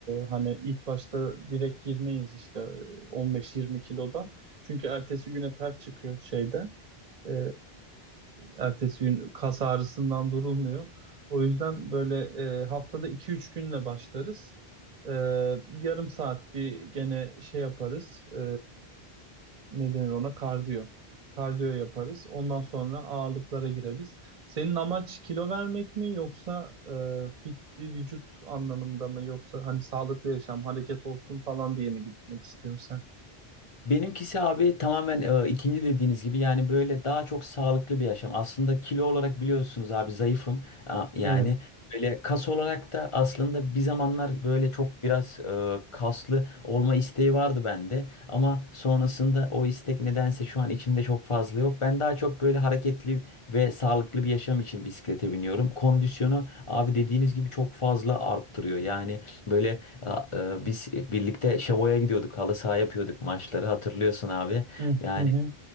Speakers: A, on the right; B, on the left.
A: hani ilk başta direkt girmeyiz işte e, 15-20 kilodan. Çünkü ertesi güne pert çıkıyor şeyde. E, ertesi gün kas ağrısından durulmuyor. O yüzden böyle e, haftada iki üç günle başlarız. E, yarım saat bir gene şey yaparız. E, ne denir ona? Kardiyo. Kardiyo yaparız. Ondan sonra ağırlıklara gireriz. Senin amaç kilo vermek mi yoksa e, fit bir vücut anlamında mı yoksa hani sağlıklı yaşam, hareket olsun falan diye mi gitmek istiyorsun sen?
B: Benimkisi abi tamamen e, ikinci dediğiniz gibi yani böyle daha çok sağlıklı bir yaşam. Aslında kilo olarak biliyorsunuz abi zayıfım. A- Yani
A: Evet.
B: böyle kas olarak da aslında bir zamanlar böyle çok biraz e, kaslı olma isteği vardı bende. Ama sonrasında o istek nedense şu an içimde çok fazla yok. Ben daha çok böyle hareketli ve sağlıklı bir yaşam için bisiklete biniyorum. Kondisyonu abi dediğiniz gibi çok fazla arttırıyor. Yani böyle ya, e, biz birlikte Şavo'ya gidiyorduk. Halı saha yapıyorduk maçları. Hatırlıyorsun abi.
A: Hı
B: Yani
A: hı. hı.